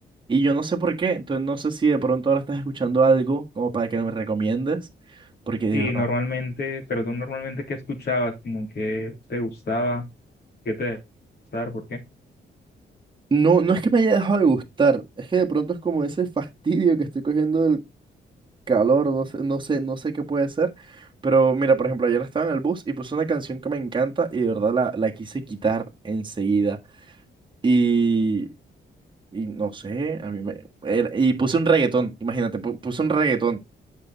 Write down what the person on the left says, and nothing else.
Y
normalmente, pero tú normalmente qué escuchabas, como que te gustaba, qué te gustaba, por qué.